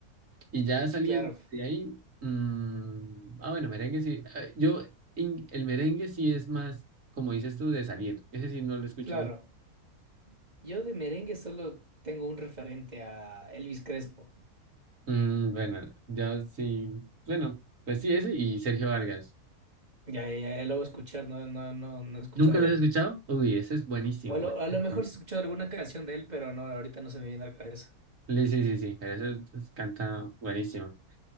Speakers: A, on the right (about 55°); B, on the right (about 25°).
A: Y ya saliendo
B: claro,
A: de ahí, mm, ah, bueno, merengue sí, eh, yo, in- el merengue sí es más, como dices tú, de salir, ese sí no lo escucho
B: claro. Yo de merengue solo tengo un referente a Elvis Crespo.
A: Mm, bueno, yo sí. Bueno, pues sí, ese y Sergio Vargas.
B: Ya, ya, ya lo voy a escuchar, no, no, no, no he escuchado
A: ¿Nunca lo
B: de
A: has
B: él.
A: escuchado? Uy, ese es buenísimo.
B: O a
A: buenísimo,
B: lo, a lo mejor
A: buenísimo.
B: sí he escuchado alguna canción de él, pero no, ahorita no se me viene a la cabeza.
A: Le- Sí, sí, sí, pero ese pues, canta buenísimo.